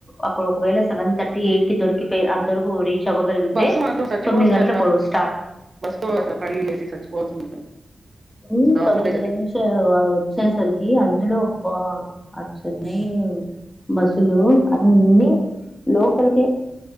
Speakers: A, on the left; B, on the right.
A: అక్కడ ఒకవేళ సెవెన్ థర్టీ ఎయిట్ కి దొరికితే అంతరకు ఓరి శవగలిగితే
B: బస్సు మాత్రం చచ్చిపోవాల్సింది
A: తొమ్మిది గంటలకు
B: అసలు ఆ
A: స్టార్ట్
B: బస్సు అసలు పడి లేసి చచ్చిపోవాల్సింది
A: మ్
B: అసలు దారుణం
A: తొమ్మిది
B: లేదు
A: నుంచి వాళ్ళు వచ్చేసరికి అందులో బా ఆ చెన్నై బస్సులు అన్ని లోకలకే